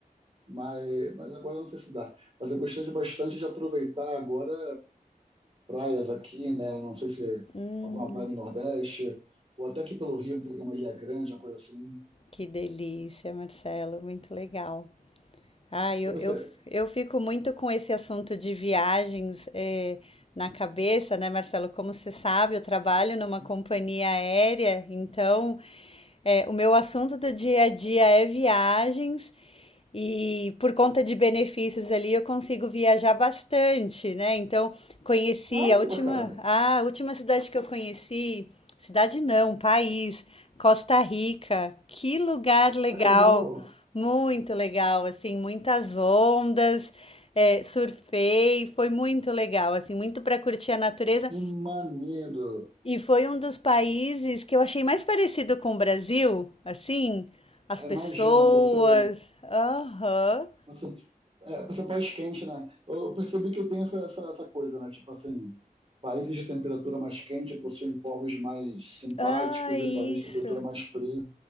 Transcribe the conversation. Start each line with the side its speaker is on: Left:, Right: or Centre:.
Right: mas, mas agora eu não sei se dá. Mas eu gostaria bastante de aproveitar agora praias aqui, né? Eu Não sei se
Left: Hum,
Right: alguma praia no Nordeste, ou até aqui pelo Rio, pegar uma ilha grande, uma coisa assim.
Left: que delícia, Marcelo, muito legal. Ah, eu,
Right: E você?
Left: eu, eu fico muito com esse assunto de viagens eh, na cabeça, né, Marcelo? Como você sabe, eu trabalho numa companhia aérea, então É, o meu assunto do dia a dia é viagens e por conta de benefícios ali eu consigo viajar bastante, né? Então conheci
Right: Ah,
Left: a última,
Right: que bacana.
Left: ah, a última cidade que eu conheci, cidade não, país, Costa Rica. Que lugar legal,
Right: Ah, que legal.
Left: muito legal, assim, muitas ondas. é, surfei, foi muito legal, assim, muito para curtir a natureza,
Right: Que maneiro.
Left: e foi um dos países que eu achei mais parecido com o Brasil, assim, as
Right: Ah,
Left: pessoas.
Right: imagina, por ser
Left: Aham.
Right: Você, é, você país quente, né? Eu, eu percebi que tem essa, essa, essa coisa, né? Tipo assim, países de temperatura mais quente possuem povos mais simpáticos
Left: Ah, isso.
Right: e países de temperatura mais fria,